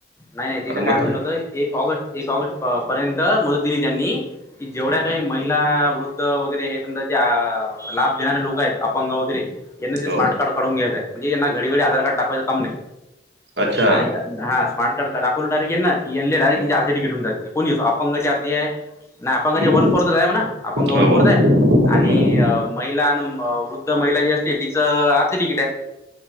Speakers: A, on the left; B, on the right.
A: नाही नाही तिथं
B: आता मत
A: काय म्हणलं होत एक ऑगस्ट एक ऑगस्ट पर्यंत मदत दिली त्यांनी की जेवढ्या
B: अच्छा.
A: काय महि ला वृद्ध वगैरे हे समजा जे लाभ देणारे लोक आहेत अपंग वगैरे
B: हं.
A: यांना ते
B: हो.
A: स्मार्ट कार्ड काढून घ्यायचंय म्हणजे यांना घडी घडी आधार कार्ड दाखवायच काम नाही
B: अच्छा.
A: आणि हा स्मार्ट कार्ड का दाखवलं डायरेक्ट ना डायरेक्ट
B: हं,
A: अर्ध तिकीट होऊन जाते कोणीही असो अपंग अर्ध आहे. नाही अपंगाचे
B: हं.
A: वन फोर्थच आहे म्हणा अपंगाचे
B: हो,
A: वन फोर्थ
B: हो.
A: आहे.
B: हं.
A: आणि महिला आणि वृद्ध महिला जी असते तिचं आर्ध तिकीट आहे.